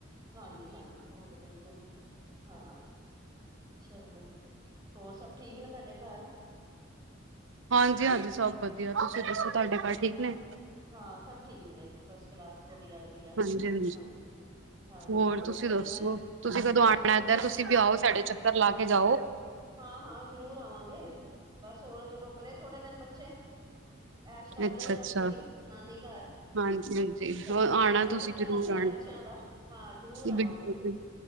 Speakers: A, on the right (about 20°); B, on the right (about 70°).
A: ਹਾਂਜੀ ਹਾਂਜੀ ਉਹ ਤਾਂ ਬਿਲਕੁਲ। ਹਾਂ, ਚਲੋ ਹੋਰ ਸਭ ਠੀਕ ਨੇਂ ਤੁਹਾਡੇ ਘਰ?
B: ਹਾਂਜੀ, ਹਾਂਜੀ, ਸਭ ਵਧੀਆ। ਤੁਸੀਂ ਦੱਸੋ ਤੁਹਾਡੇ ਘਰ ਠੀਕ
A: ਹਾਂ
B: ਨੇਂ।
A: ਹਾਂ ਸਭ ਠੀਕ ਨੇਂ, ਫਸਟ ਕਲਾਸ, ਵਧੀਆ ਵਧੀਆ।
B: ਹਾਂਜੀ-ਹਾਂਜੀ-ਹਾਂਜੀ
A: ਹਾਂਜੀ। ਹਾਂ
B: ਹੋਰ ਤੁਸੀਂ
A: ਬਸ
B: ਦੱਸੋ।
A: ਮੈਂ
B: ਤੁਸੀਂ ਕਦੋਂ
A: ਬਸ
B: ਆਣਾ
A: ਬੱਚੇ
B: ਇਧਰ? ਤੁਸੀਂ
A: ਬ
B: ਵੀ ਆਓ, ਸਾਡੇ ਚੱਕਰ ਲਾ ਕੇ ਜਾਓ।
A: ਹਾਂ ਹਾਂ, ਜ਼ਰੂਰ ਆਵਾਂਗੇ। ਬਸ ਹੋਰ ਰੁਕਲੇ ਥੋੜੇ ਦਿਨ ਬੱਚੇ ਐਸ਼ ਕਰ
B: ਅੱਛਾ
A: ਲੈਣ ਜਰਾ
B: ਅੱਛਾ
A: ਪੂਰੀ ਨਾਨੀ ਘਰ।
B: ਹਾਂਜੀ
A: <unintelligible>
B: ਹਾਂਜੀ
A: ਫੇਰ ਦੇਰ
B: ਆਣਾ
A: ਬਾਅਦ ਹੀ
B: ਤੁਸੀਂ
A: ਚੱਕਰ
B: ਜ਼ਰੂਰ
A: ਲੱਗਦਾ
B: ਆਣਾ
A: ਬੱਚ ਬੱਚਿਆਂ ਦਾ। ਹਾਂ ਜ਼ਰੂਰ ਆਵਾਂਗੇ
B: ਬਿਲਕੁਲ
A: ਜੀ।